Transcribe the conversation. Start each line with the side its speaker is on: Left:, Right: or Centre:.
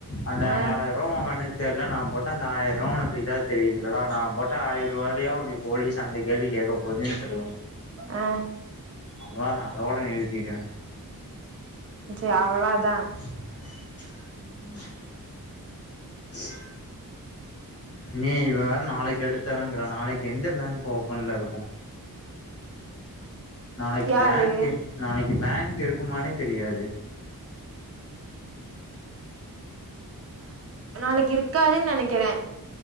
Left: அந்த
Right: ஆ
Left: ஏல இதோ உ கண்ணுக்கு தெர்ல நா போட்ட அந்த ஆயருவா உனக்கு இதா தெரியுதுலடா நா போட்ட ஆயிரூவாலிய உன்ன இப் போலிஸ் அந்த கேள்வி கேக்க போதுன்று
Right: ஆ
Left: அப்றோ நா அதோட நிறுத்திடே
Right: சே அவ்ளோதா
Left: ம் ச்சு நீ இவ வேற நாளைக்கு எடுத்து தறங்குற நாளைக்கு எந்த பேங்க் ஓபன்ல இருக்கு நாளைக்கு
Right: யாரு
Left: பேங்க்கு நாளைக்கு பேங்கு இருக்குமானே‌ தெரியாது
Right: நாளைக்கு இருக்காதுன் நெனைக்கிறே